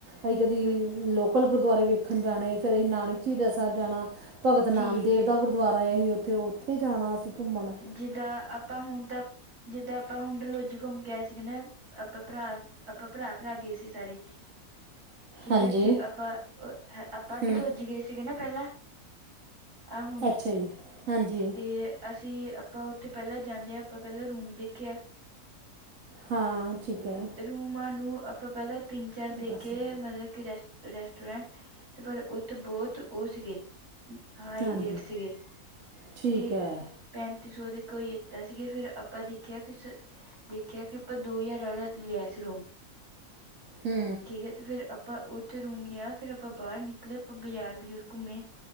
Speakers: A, on the right; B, on the right.
A: ਅਸੀਂ ਕਦੇ
B: ਹਾਂਜੀ
A: ਲੋਕਲ ਗੁਰੂਦੁਆਰੇ ਵੇਖਣ ਜਾਣੇ ਫਿਰ ਅਸੀਂ ਨਾਨਕ ਝੀਰਾ ਸਾਹਿਬ ਜਾਣਾ। ਭਗਤ ਨਾਮਦੇਵ
B: ਠੀਕ ਹੈ
A: ਦਾ ਗੁਰੂਦੁਆਰਾ ਹੈ ਉਥੇ ਉਥੇ ਜਾਣਾ ਅਸੀਂ ਘੁੰਮਣ,
B: ਜਿੱਦਾਂ ਆਪਾਂ ਹੁਣ ਤਾਂ ਜਿੱਦਾਂ ਆਪਾਂ ਹੁਣ ਡਲਹੋਜੀ ਘੁੰਮ ਕੇ ਆਏ ਸੀਗੇ ਨਾ ਅਪਾਂ ਭਰਾ ਅਪਾਂ ਭਰਾ ਭਰਾ ਗਏ ਸੀ ਸਾਰੇ। ਠੀਕ
A: ਹਾਂਜੀ
B: ਹੈ ਤੇ ਆਪਾਂ ਆਪਾਂ ਡਲਹੋਜੀ
A: ਹੂੰ
B: ਗਏ ਸੀਗੇ ਨਾ ਪਹਿਲਾਂ ਐ ਹੁਣ
A: ਅੱਛਾ ਜੀ ਹਾਂਜੀ
B: ਤੇ ਅਸੀਂ ਆਪਾਂ ਉੱਥੇ ਪੈਲਾਂ ਜਾਂਦਯਾ ਆਪਾਂ ਪੈਲਾਂ ਰੂਮ ਦੇਖਿਆ
A: ਹਾਂ ਠੀਕ ਹੈ।
B: ਰੂਮਾਂ ਨੂੰ ਆਪਾਂ ਪੈਲਾਂ ਤਿੰਨ ਚਾਰ ਦੇਖੇ
A: ਦਸ ਮਿੰਟ
B: ਹੈ ਮਤਲੱਬ ਕਿ ਰੈ ਰੈਸਟੋਰੈਂਟ ਤੇ ਪਰ ਉੱਥੇ ਬਹੁਤ ਉਹ ਸੀਗੇ ਹਾਈ
A: ਹਾਂਜੀ
B: ਰੇਟ ਸਿਗੇ <unintelligible>
A: ਠੀਕ ਹੈ
B: ਪੈਂਤੀ ਸੌ ਦੇ ਕੋਈ ਏਦਾਂ ਸੀਗੇ ਫਿਰ ਆਪਾਂ ਦੇਖਿਆ ਕਿਸੇ ਦੇਖਿਆ ਕਿ ਆਪਾਂ ਦੋ ਹਜ਼ਾਰ ਆਲਾ ਲਯਾ ਸੀ ਰੂਂਮ।
A: ਹੂੰ।
B: ਠੀਕ ਹੈ ਤੇ ਫਿਰ ਆਪਾਂ ਉੱਥੇ ਰੂਮ ਲਿਆ ਫਿਰ ਆਪਾਂ ਬਾਹਰ ਨਿਕਲੇ ਆਪਾਂ ਬਾਜ਼ਾਰ ਬਜ਼ੁਰ ਘੁੰਮੇ